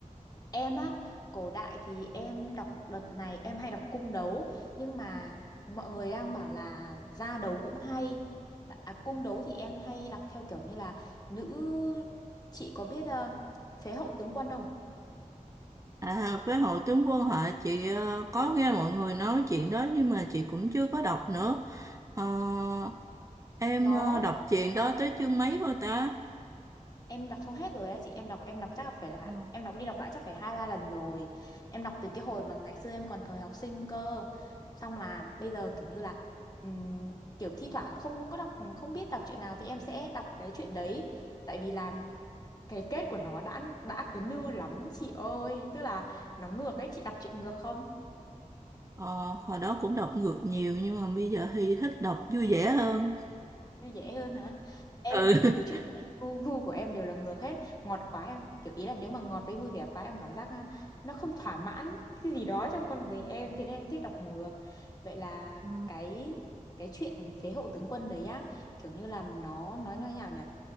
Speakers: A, on the left; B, on the right.
A: Em á, cổ đại thì em đọc đợt này em hay đọc cung đấu nhưng mà mọi người đang bảo là ra đấu cũng hay. Tạ- À, cung đấu thì em hay đọc theo kiểu như là nữ chị có biết ờ, Phế hậu tướng quân không?
B: À, với Hồ Tướng Quân hả? Chị ờ, có nghe mọi người nói chuyện đó nhưng mà chị cũng chưa có đọc nữa. Ờ, em
A: Nó
B: ờ, đọc chuyện đó tới chương mấy thôi ta?
A: em đọc xong hết rồi á chị em đọc em đọc chắc là phải là
B: Ờ,
A: em đọc đi đọc lại chắc phải hai ba lần rồi em đọc từ cái hồi mà ngày xưa em còn thời học sinh cơ xong là bây giờ kiểu như là ừm, kiểu thi thoảng không có đọc không biết đọc chuyện nào thì em sẽ đọc cái chuyện đấy tại vì là cái kết của nó đã đã cái nư lắm chị ơi tức là nó ngược ấy chị đọc chuyện ngược không
B: ờ, hồi đó cũng đọc ngược nhiều nhưng mà bây giờ thì thích đọc vui vẻ hơn.
A: như dễ hơn hả em
B: Ừ.
A: thì từ trước
B: <laughs>
A: nay gu, gu của em đều là ngược hết ngọt quá em kiểu ý là nếu mà ngọt với vui vẻ quá em cảm giác à, nó không thỏa mãn cái gì đó trong con người em thế nên em thích đọc ngược vậy là
B: Ừ.
A: cái cái chuyện phế hậu tướng quân đấy á kiểu như là nó nói như thế nào nhỉ